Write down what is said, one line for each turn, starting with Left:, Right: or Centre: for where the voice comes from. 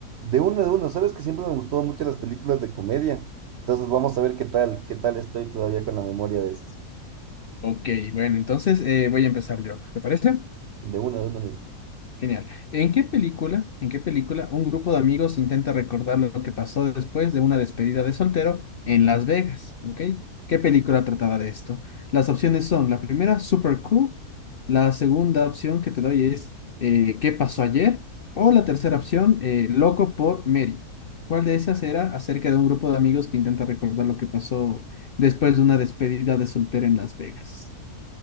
Right: una, de una. Sabes que siempre me gustó mucho las películas de comedia. Entonces vamos a ver qué tal, qué tal estoy todavía con la memoria de esas.
Left: Ok, bueno, entonces eh, voy a empezar yo, ¿te parece?
Right: De una, de una. amigo.
Left: Genial. ¿En qué película, en qué película un grupo de amigos intenta recordar lo que pasó después de una despedida de soltero en Las Vegas? ¿Ok? ¿Qué película trataba de esto? Las opciones son, la primera, Super Cool, la segunda opción que te doy es eh, ¿Qué pasó ayer? O la tercera opción, eh, Loco por Mary. ¿Cuál de esas era acerca de un grupo de amigos que intenta recordar lo que pasó después de una despedida de soltero en Las Vegas?